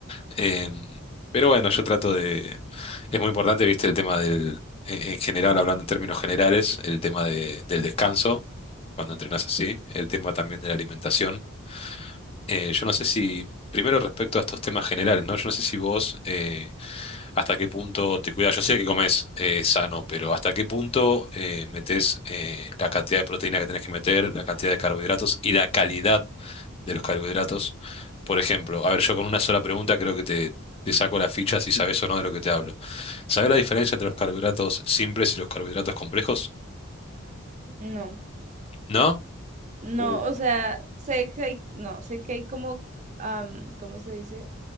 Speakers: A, on the left; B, on the right.
A: Em, pero bueno, yo trato de... Es muy importante, viste, el tema del... En en general, hablando en términos generales, el tema de- del descanso, cuando entrenás así, el tema también de la alimentación. Eh, yo no sé si, primero respecto a estos temas generales, ¿no? Yo no sé si vos eh, hasta qué punto te cuidas. Yo sé que comes eh, sano, pero hasta qué punto eh, metes eh, la cantidad de proteína que tenés que meter, la cantidad de carbohidratos y la calidad de los carbohidratos. Por ejemplo, a ver, yo con una sola pregunta creo que te, te saco la ficha si sabes o no de lo que te hablo. ¿Sabés la diferencia entre los carbohidratos simples y los carbohidratos complejos?
B: No,
A: ¿No?
B: no,
A: Uh,
B: o sea, sé que hay, no, sé que hay como, am, ¿cómo se dice?